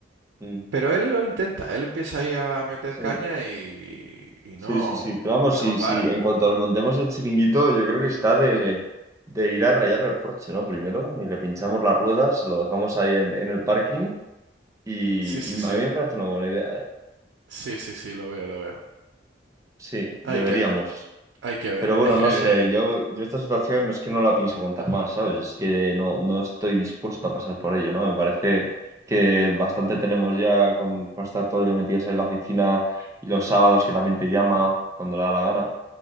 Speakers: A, on the right; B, on the right.
A: Mm,
B: pero él lo intenta, él empieza ahí a meter
A: sí.
B: caña y, y
A: Sí,
B: no,
A: sí, sí. Pero vamos,
B: y
A: sí,
B: no para.
A: sí. En cuanto lo montemos el chiringuito, yo creo que está de, de ir a rayar el Porsche, ¿no? Primero, y le pinchamos las ruedas, lo dejamos ahí en, en el parking. Y,
B: Sí, sí,
A: y a mí
B: sí,
A: me parece una buena idea, ¿eh?
B: sí, sí, sí, lo veo, lo veo.
A: Sí, deberíamos.
B: Hay que ver, hay que ver.
A: Pero bueno,
B: Es que,
A: no sé, yo, yo esta situación no es que no la pienso contar más, ¿sabes? Es que no, no estoy dispuesto a pasar por ello, ¿no? Me parece que bastante tenemos ya con, con estar todo el día metidos ahí en la oficina y los sábados que también te llama cuando le da la gana.